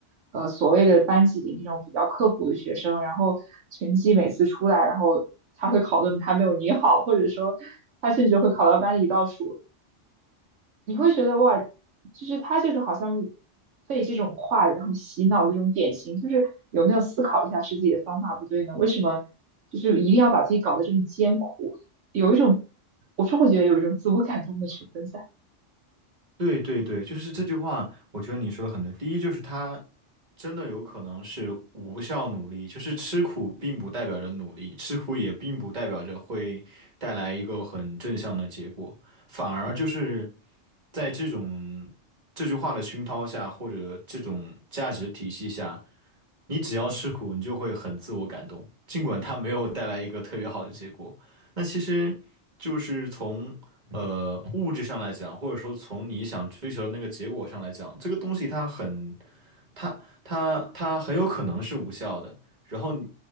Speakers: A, on the right; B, on the right.
A: 呃，所谓的班级里那种比较刻苦的学生，然后成绩每次出来，然后他会考的还没有你好，或者说他甚至会考到班里倒数，你会觉得哇，就是他就是好像被这种话然后洗脑的这种典型，就是有没有思考一下是自己的方法不对呢？为什么就是一定要把自己搞得这么艰苦？有一种，我是会觉得有一种自我感动的成分在。
B: 对对对，就是这句话，我觉得你说的很对。第一就是他真的有可能是无效努力，就是吃苦并不代表着努力，吃苦也并不代表着会带来一个很正向的结果，反而就是在这种这句话的熏陶下，或者这种价值体系下，你只要吃苦，你就会很自我感动，尽管它没有带来一个特别好的结果。那其实就是从呃物质上来讲，或者说从你想追求的那个结果上来讲，这个东西它很，它它它很有可能是无效的。然后你，